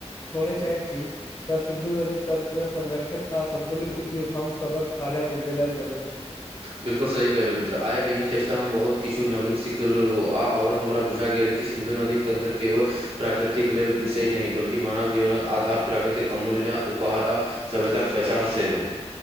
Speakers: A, on the left (about 25°); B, on the right (about 55°).
A: छोड़ै चाहैत छी त सिन्धु नदी तत्र संरक्षण आ सतुलित उपयोग हम सभक साझा जिम्मेदारी बनैत अछि।
B: बिलकुल सही कहलहुँ मित्र, आइक ई चर्चा मे हम सब बहुत किछु नवीन सिखल आ और हमरा बुझा गेल कि सिन्धु नदीक तंत्र केवल प्राकृतिक लेल विषय नहीं बल्कि मानव जीवनक आधार प्राकृतिक अमूल्य उपहार आ सभ्यताक पहचान सेहो